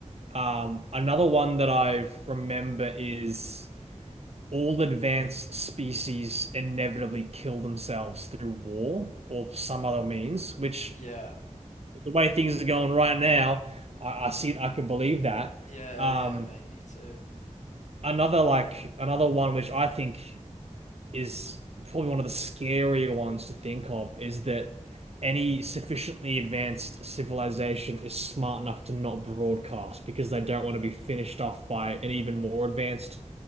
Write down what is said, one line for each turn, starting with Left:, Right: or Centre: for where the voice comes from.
Right: Um, another one that I remember is all advanced species inevitably kill themselves through war or some other means, which
Left: Yeah.
Right: the way things are going right now, I, I see it, I can believe that.
Left: Yeah,
Right: Um,
Left: yeah, mate, me too.
Right: another like another one which I think is probably one of the scarier ones to think of is that any sufficiently advanced civilization is smart enough to not broadcast because they don't want to be finished off by an even more advanced